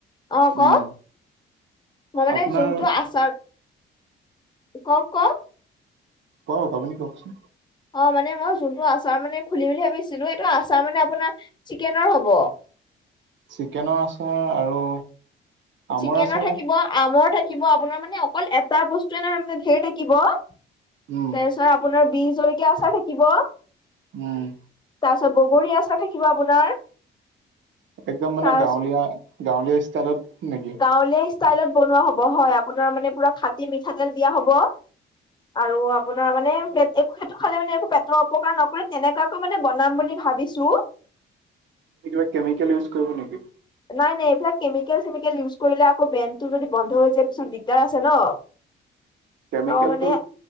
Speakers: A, on the left; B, on the right.
A: অঁ ক।
B: উম
A: মই মানে
B: আপোনাৰ
A: যোনটো আচাৰ, কক ক।
B: কক, আপুনি কওকচোন।
A: অঁ মানে মই যোনটো আচাৰ মানে খুলিম বুলি ভাবিছিলো, এইটো আচাৰ মানে আপোনাৰ চিকেনৰ হ'ব।
B: চিকেনৰ আচাৰ আৰু- আমৰ
A: চিকেনৰ
B: আচাৰ
A: থাকিব, আমৰ থাকিব আপোনাৰ মানে অকল এটা বস্তুৱে নহয় মানে ধেৰ থাকিব। তাপিছত
B: উম
A: আপোনাৰ বি জলকীয়া আচাৰ থাকিব।
B: উম'।
A: তাপাছত ববৰী আচাৰ থাকিব আপোনাৰ।
B: একদম মানে
A: তাৰ
B: গাঁৱলীয়া গাঁৱলীয়া ষ্টাইলত নেকি?
A: গাঁৱলীয়া ষ্টাইলত বনোৱা হ'ব হয়, আপোনাৰ মানে পুৰা খাটি মিঠাতেল দিয়া হ'ব। আৰু আপোনাৰ মানে সেইটো খালে মানে একবোৰ। পেটৰ অপকাৰ নকৰে তেনেুৱা টো মানে বনাম বুলি ভাবিছো।
B: কিবা কেমিকেল ইউজ কৰিব নেকি?
A: নাই নাই, এইবিলাক কেমিকেল- চেমিকেল ইউজ কৰিলে আকৌ বেণ্টো যদি বন্ধ হৈ যায় পিছত দিগদাৰ আছে ন। <unintelligible>
B: কেমিকেলটো
A: ত মানে